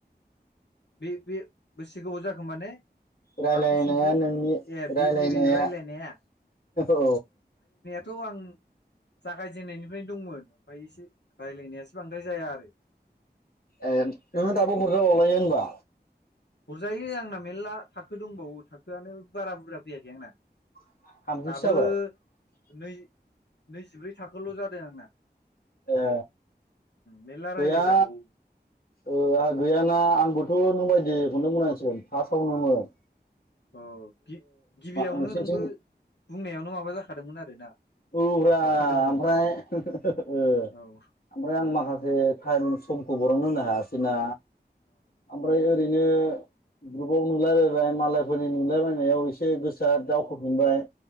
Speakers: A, on the left; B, on the left.
A: बे बे बेसे गोबाव जाखो माने
B: रायलायनाया
A: माखौ सोंखो
B: नोंनि
A: ए
B: रायलायनाया
A: बे नैबे रायलायनाया
B: औ
A: थ' आं जागायजेननायनिफ्रायनो दंमोन ओमफ्राय एसे रायलायनायासो बांद्राय जाया आरो
B: ए नोंना दाबो हरजाबावलायो ओमबा
A: हरजायो आंना मेरला थाखो दंबावो थाखोआनो बारा बुरजा फैयाखै आंना
B: <unintelligible>
A: दाबो नै नैजिब्रै थाखोल' जादों आंना
B: ए
A: मेरला रायलायजाबावो
B: गैया ओ आंहा गैयाना आंबोथ' नों बायदि खौनो बुंनांसिगोन फासावनोमोन
A: ओ गि गिबियावनो
B: नोंसिनिथिं
A: नोंबो बुंनायावनो माबा जाखादोंमोन आरोना
B: औब्रा
A: हाबखादोंमोन
B: आमफ्राय ओ
A: औ
B: आमफ्राय
A: औ
B: आं माखासे टाइम समखौ बरननो होनो हायासैना ओमफ्राय ओरै नो ग्रुपआव नुलायबायबाय मालायफोरनि नुलाबायनायाव एसे गोसोआ दावखोफिनबाय